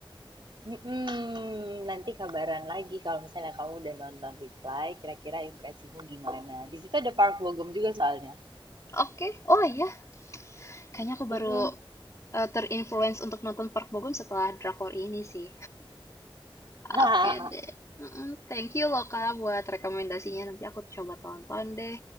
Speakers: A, on the right; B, on the left.
A: Mhm, nanti kabaran lagi kalau misalnya kamu udah nonton Reply, kira-kira impresimu gimana? Di situ ada Park Bo Gum juga soalnya.
B: Oke, Oh iya, kayaknya aku
A: Mhm.
B: baru eh, terinfluence untuk nonton Park Bo Gum setelah drakor ini sih.
A: Oh,
B: Oke deh. Mm-mm, Thank you loh Kak buat rekomendasinya. Nanti aku coba tonton deh.